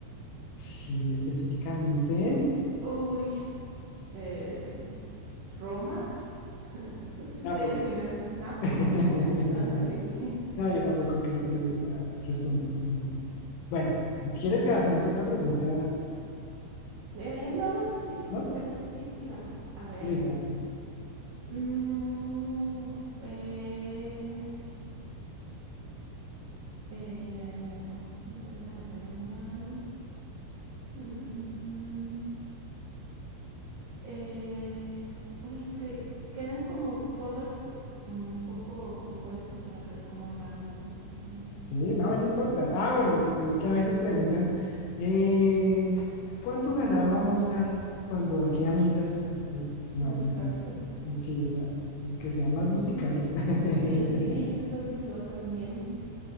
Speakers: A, on the left; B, on the right.
A: Sí, específicamente en
B: Uy, eh, Roma. <laughs> Estoy
A: Nápoles.
B: adivinando. Nápoles.
A: <laughs>
B: Ah, ok. <laughs>
A: No, yo tampoco creo que lo hubiera respondido. no. Bueno, si quieres, hacemos otra pregunta,
B: Eh, no, no, sí, sí,
A: ¿no?
B: está bien. Sí, sigamos. A ver.
A: Listo,
B: Mm, eh, Eh, oh, no, déjame ver una. mm, mm, mm. eh, uy, es que quedan como todas mm, un poco, mm, ¿cuál es la palabra? Como random. ah,
A: Sí, no, no importa. Ah, bueno, es que a veces preguntan, eh, ¿cuánto ganaba Mozart cuando hacía misas?
B: <laughs>
A: No,
B: exacto.
A: pues es, sí, o sea, que sean más musicales. <laughs>
B: Sí, sí, eso digo también.